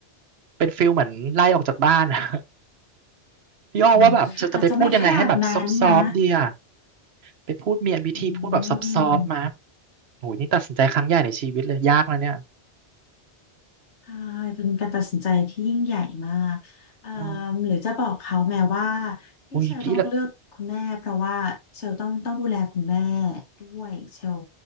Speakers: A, on the right; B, on the left.
A: เป็นฟิลเหมือนไล่ออกจากบ้านอะ <laughs> พี่อ้อว่าแบบเชลจะไปพูดยังไงให้แบบซอฟซอฟดีอะ
B: อืมอาจจะไม่ขนาดนั้นมา
A: ไปพูดมีวิธีพูดแบบซอฟซอฟมา
B: อืม
A: โหยนี่ตัดสินใจครั้งใหญ่ในชีวิตเลยยากนะเนี่ย
B: ใช่เป็นการตัดสินใจที่ยิ่งใหญ่มากเอ่อ
A: อ๋อ
B: หรือจะบอกเขาแม้ว่าที่เชลต้องเลือกคุณแม่เพราะว่าเชลต้องต้องดูแลคุณแม่
A: อุ้ยพี่ละ
B: ด้วยเชล